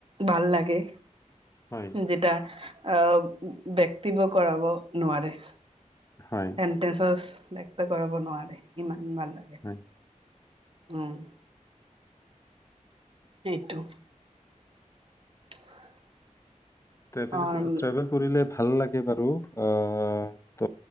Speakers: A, on the right; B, on the left.
A: ভাল লাগে।
B: হয়।
A: যেটা আহ, ব্যক্তিব কৰাব নোৱাৰে।
B: হয়
A: <unintelligible> ব্যক্ত কৰাব নোৱাৰে ইমান। ভাল লাগে।
B: হয়
A: উম। সেইটো। <inaudible>
B: <unintelligible> ট্ৰেভেল
A: অ',
B: কৰিলে ভা ভাল লাগে বাৰু। অ', ত'